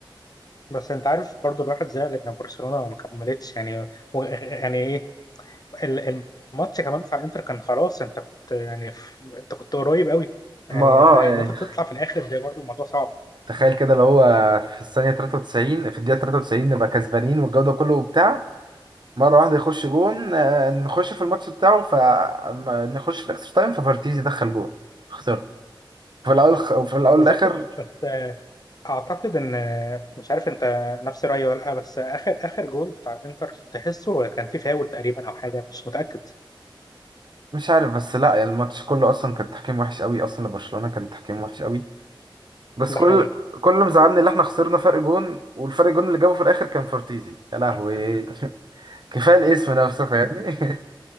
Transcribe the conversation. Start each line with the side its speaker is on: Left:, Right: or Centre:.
Left: بس انت عارف برضو الواحد زعل ان برشلونه ما كملتش يعني و... يعني ايه ال- الماتش كمان بتاع الانتر كان خلاص انت كنت يعني في... انت كنت قريب قوي يعني
Right: ما اه
Left: فان
Right: يعني
Left: انت تطلع في الاخر ده برضو الموضوع صعب
Right: تخيل كده لو هو في الثانيه 93 في الدقيقه 93 نبقى كسبانين والجو ده كله وبتاع مره واحده يخش جون آه، نخش في الماتش بتاعه فنخش في الاكسترا تايم ففارتيز يدخل جون خسرت في الاول وفي الاول
Left: بالظبط
Right: والاخر
Left: بس آه، اعتقد ان آه، مش عارف انت نفس رايي ولا لا بس اخر اخر جول بتاع الانتر تحسه كان فيه فاول تقريبا او حاجه مش متاكد
Right: مش عارف بس لا يعني الماتش كله اصلا كان تحكيم وحش قوي اصلا لبرشلونه كان تحكيم وحش قوي بس
Left: ده
Right: كل
Left: حقيقي
Right: كل اللي مزعلني اللي احنا خسرنا فرق جون والفرق جون اللي جابه في الاخر كان فورتيزي يا لهوي <laughs> كفايه الاسم نفسه فاهمني <laughs>